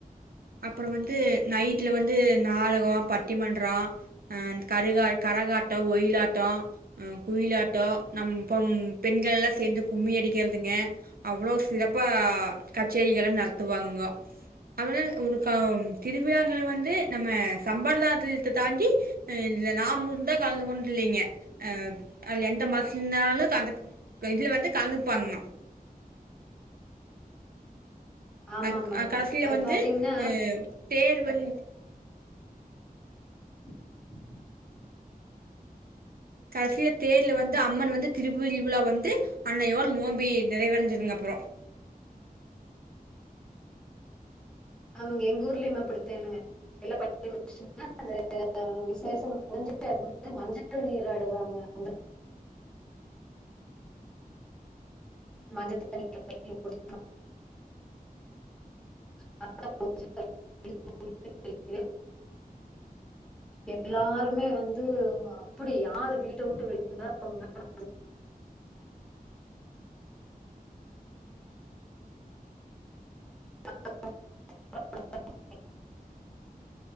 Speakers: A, on the right; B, in the centre.
A: அப்ற வந்து நைட்ல வந்து நாடக பட்டிமன்ற அ கரகா கரகாட்ட ஒயிலாட்டோ அ குயிலாட்டோ நம் இப்பம் பெண்கலா சேந்து கும்மி அடிக்கறதுங்க அவ்ளோ சிறப்பா கச்சேரிகள நடத்துவாங்கோ அத்னால ஒரு கா திருவிழாங்கள் வந்து நம்ம சம்பரதாய்த்தை தாண்டி நாம்மொன்த கலந்துகோன்டில்லீங்க அ அது எந்த மாசிங்னாலு கந்து இதுலவந்து கலந்துப்பாங்கங்க
B: ஆமா
A: அ
B: ஆமாங்க
A: அ கடசில
B: அது
A: வந்து
B: பாத்தீங்கன்னா
A: அ பேர் வந்
B: <inaudible>
A: கடைசியில தேர்ல வந்து அம்மன் வந்து திருபி உர்ரிவிலா வந்து அன்னையோட நோம்பி நிறைவடஞ்சதுங்க அப்ற
B: ஆமாங்க எங்க ஊர்லியு அப்படித்தேனுங்க <unintelligible> அந்த விஷேசம் <unintelligible> மஞ்சள் மஞ்சள் நீராடுவாங்க அந்த ம <unintelligible> பாத புஜ்சுகள் எடுத்து குடுத்துட்டு எல்லாருமே வந்து அப்டி யாரு வீட்ட விட்டு வெளி வந்தா <unintelligible>